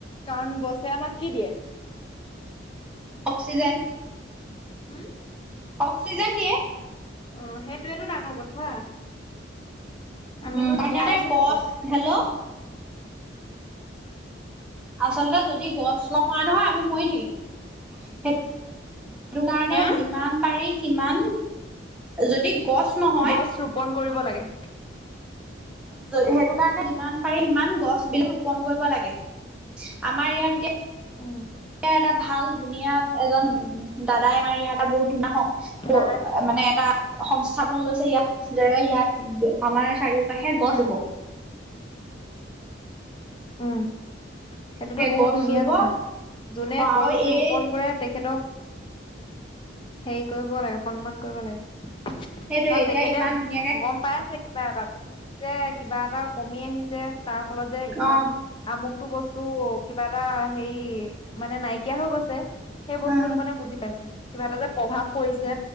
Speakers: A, on the left (about 25°); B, in the centre.
A: কাৰণ গছে আমাক কি দিয়ে?
B: অক্সিজেন।
A: হম।
B: অক্সিজেন দিয়ে।
A: অ, সেইটোয়েতটো ডাঙৰ কথা। আমিনো
B: উম হেনেকৈ
A: জীয়াই আছো
B: গছ,
A: কপা
B: হেল্ল'। আচলতে যদি গছ নহোৱা নহয়, আমি মৰি থাকিম। সেইটো কাৰণে
A: হা
B: যিমান পাৰি সিমান যদি গছ নহয়
A: গছ ৰোপন কৰিব লাগে।
B: সেইটো কাৰণে যিমান পাৰি সিমান গছ বিলাক ৰোপন কৰিব লাগে, আমাৰ ইয়াত এতিয়া
A: উম।
B: এ এটা ভাল ধুনীয়া এজন দাদাই আমাৰ ইয়াৰ এটা বহুত ধুনীয়া সং
A: দাদা
B: মানে এটা সংস্থাপন লৈছে ইয়াত যে ইয়াত আমাৰ চাৰিওপাশে গছ
A: উম
B: ৰুব।
A: উম। এইটোতো
B: সেই
A: বহুত
B: গছ
A: ধুনীয়া
B: ৰুব
A: কথা, যোনে
B: অ
A: গছ
B: আৰু এই
A: ৰোপন কৰে তেখেতক হেৰি কৰিব লাগে সন্মান কৰিব লাগে।
B: সেইটোয়ে
A: কাৰণ
B: এতিয়া
A: তেখেতে
B: ইমান ধুনীয়াকে
A: গম পাই আছে। কিবা এটা যে কিবা এটা কমি আহিছে তাৰ ফলত যে ইমান
B: অ
A: আমুকটো বস্তু চো কিবা এটা হেৰি মানে নাইকিয়া হৈ গৈছে। সেই বস্তুতটো
B: উম
A: মানে বুজি পাইছে কিবা এটা যে প্ৰভাৱ পৰিছে।